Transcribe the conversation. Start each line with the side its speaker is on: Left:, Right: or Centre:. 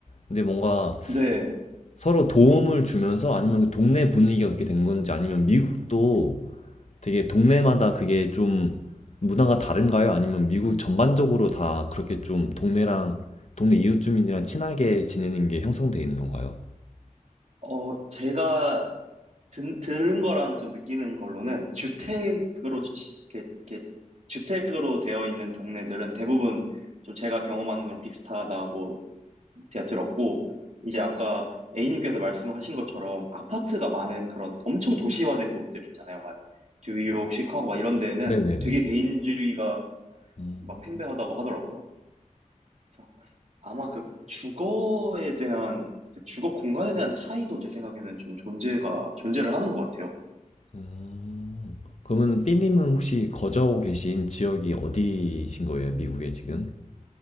Left: 근데 뭔가
Right: 네,
Left: 서로 도움을 주면서 아니면 그 동네 분위기가 그렇게 된 건지 아니면 미국도 되게 동네마다 그게 좀 문화가 다른가요? 아니면 미국 전반적으로 다 그렇게 좀 동네랑 동네 이웃 주민이랑 친하게 지내는 게 형성되어 있는 건가요?
Right: 어, 제가 든, 들은 거랑 좀 느끼는 걸로는, 주택으로, 지- 이렇게, 이렇게 주택으로 되어 있는 동네들은 대부분 좀 제가 경험하는 거랑 비슷하다고 제가 들었고, 이제 아까 A님께서 말씀하신 것처럼 아파트가 많은 그런 엄청 도시화된 곳들 있잖아요. 막 뉴욕, 시카고 막 이런 데는
Left: 네네네.
Right: 되게 개인주의가
Left: 음,
Right: 막 팽배하다고 하더라고요. 그래서 아마 그 주거에 대한, 그 주거 공간에 대한 차이도 제 생각에는 좀 존재가, 존재를 하는 것 같아요.
Left: 음. 그러면 삐님은 혹시 거주하고 계신 지역이 어디신 거예요? 미국에 지금?